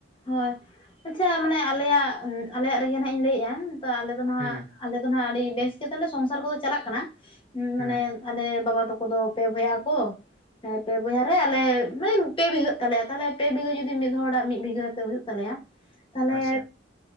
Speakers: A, on the left; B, on the right.
A: ᱦᱳᱭ ᱟᱪᱪᱷᱟ ᱢᱟᱱᱮ ᱟᱞᱮᱭᱟᱜ ᱟᱞᱮᱭᱟᱜ ᱨᱮᱜᱮ ᱱᱟᱜ ᱤᱧ ᱞᱟᱹᱭᱮᱜ-ᱟ, ᱛᱚ ᱟᱞᱮ ᱫᱚ ᱱᱟᱜ
B: ᱦᱩᱸ
A: ᱟᱞᱮ ᱫᱚ ᱱᱟᱜ ᱟᱹᱰᱤ ᱵᱮᱥ ᱜᱮᱛᱟᱞᱮ ᱥᱚᱝᱥᱟᱨ ᱠᱚᱫᱚ ᱪᱟᱞᱟᱜ ᱠᱟᱱᱟ
B: ᱦᱩᱸ
A: ᱢᱟᱱᱮ ᱟᱞᱮ ᱵᱟᱵᱟ ᱛᱟᱠᱚ ᱫᱚ ᱯᱮ ᱵᱚᱭᱦᱟᱜ ᱟᱠᱚ᱾ ᱦᱮᱸ ᱯᱮ ᱵᱚᱭᱦᱟᱨ ᱨᱮ ᱟᱞᱮ ᱢᱟᱱᱮ ᱯᱮ ᱵᱤᱜᱷᱟᱹᱜ ᱛᱟᱞᱮᱭ-ᱟ ᱛᱟᱦᱟᱞᱮ ᱯᱮ ᱵᱤᱜᱷᱟᱹ ᱡᱩᱫᱤ ᱢᱤᱫ ᱦᱚᱲᱟᱜ ᱢᱤᱫ ᱵᱤᱜᱷᱟᱹ ᱦᱩᱭᱩᱜ ᱛᱟᱞᱮᱭᱟ ᱛᱟᱦᱞᱮ
B: ᱟᱪᱪᱷᱟ